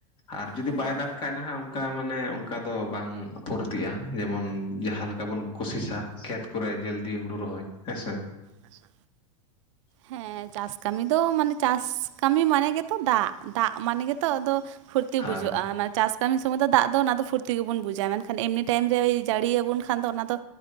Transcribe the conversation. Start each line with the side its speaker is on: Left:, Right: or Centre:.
Left: ᱟᱨ ᱡᱩᱫᱤ
Right: ᱦᱮᱸ
Left: ᱵᱟᱭ ᱫᱟᱜᱽ ᱠᱷᱟᱡ ᱱᱟᱦᱟᱜ ᱚᱱᱠᱟ ᱢᱟᱱᱮ ᱚᱱᱠᱟ ᱫᱚ ᱵᱟᱝ ᱯᱷᱩᱨᱛᱤᱜ-ᱟ ᱡᱮᱢᱚᱱ ᱡᱟᱦᱟᱸ ᱞᱮᱠᱟ ᱵᱚᱱ ᱠᱩᱥᱤᱥᱟ ᱠᱷᱮᱛ ᱠᱚᱨᱮ ᱡᱟᱹᱞᱫᱤ ᱦᱩᱲᱩ ᱨᱚᱦᱚᱭ ᱦᱮᱸᱥᱮ,
Right: ᱦᱮᱸᱥᱮ᱾
Left: <unintelligible>
Right: ᱦᱮᱸ ᱪᱟᱥ ᱠᱟᱹᱢᱤ ᱫᱚ ᱢᱟᱱᱮ ᱪᱟᱥ ᱠᱟᱹᱢᱤ ᱢᱟᱱᱮ ᱜᱮᱛᱚ ᱫᱟᱜ ᱫᱟᱜ ᱢᱟᱱᱮ ᱜᱮᱛᱚ ᱟᱫᱚ᱾ ᱯᱷᱩᱨᱛᱤ
Left: ᱦᱮᱸ
Right: ᱵᱩᱡᱷᱟᱹᱜᱼᱟ ᱢᱟᱱᱮ ᱪᱟᱥ ᱠᱟᱹᱢᱤ ᱥᱚᱢᱚᱭ ᱫᱚ ᱫᱟᱜ ᱫᱚ ᱚᱱᱟ ᱫᱚ ᱯᱷᱩᱨᱛᱤ <unintelligible> ᱜᱮᱵᱚᱱ ᱵᱩᱡᱟ ᱢᱮᱱᱠᱷᱟᱱ ᱮᱢᱱᱤ ᱴᱟᱭᱤᱢ ᱨᱮᱭ ᱡᱟᱹᱲᱤᱭ ᱟᱵᱚᱱ ᱠᱷᱟᱱ ᱫᱚ ᱚᱱᱟ ᱫᱚ